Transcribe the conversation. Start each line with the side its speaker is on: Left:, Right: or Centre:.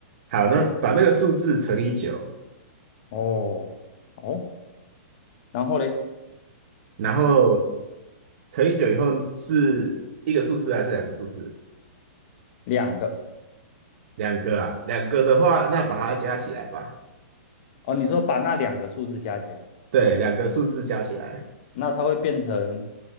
Right: 好，那把那个数字乘以九，
Left: 哦，哦，然后嘞，
Right: 然后乘以九以后是一个数字还是两个数字？
Left: 两个，
Right: 两个啊，两个的话，那把它加起来吧。
Left: 哦，你说把那两个数字加起来，
Right: 对，两个数字加起来，
Left: 那它会变成